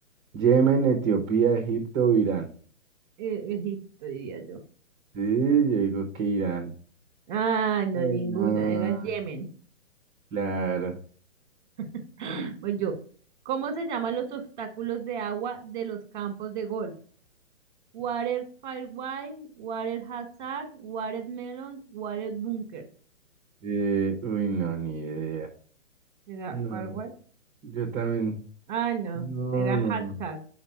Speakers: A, on the right; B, on the right.
A: Yemen, Etiopía, Egipto, Irán.
B: E- Egipto, diría yo.
A: Sí, yo digo que Irán.
B: Ay, no,
A: Ay,
B: ninguna,
A: no,
B: era Yemen.
A: claro.
B: <gasps> Voy yo. ¿Cómo se llaman los obstáculos de agua de los campos de golf? Water fairway, Water Hazard, Water Melon, Water Bunker.
A: Eh, uy, no, ni idea.
B: ¿Será
A: No,
B: Firewall?
A: yo también.
B: Ah, no,
A: No,
B: era
A: no,
B: Hazard.
A: no.